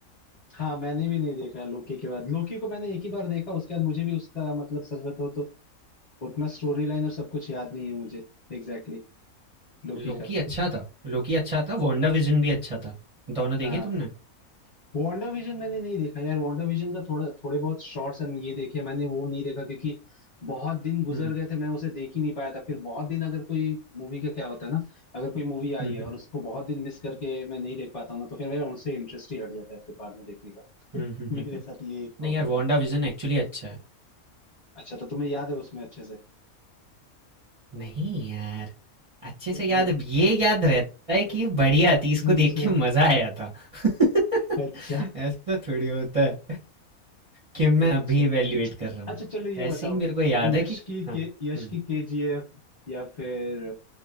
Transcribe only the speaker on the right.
लोकी
अच्छा था लोकी अच्छा था वांडा विजन भी अच्छा था दोनों देखे
तुमने
हम्म
हम्म
हम्म
हम्म हम्म हम्म,
हम्म।
नहीं यार वांडा
विजन एक्चुअली अच्छा है
नहीं यार अच्छे से याद
ये याद रहता है कि ये बढ़िया थी इसको
देख के मजा आया था <laughs>
ऐसा थोड़ी होता है कि मैं
अभी इवैल्यूएट कर रहा हूँ।
ऐसे
ही मेरे को याद
है कि
हाँ,
हुँ।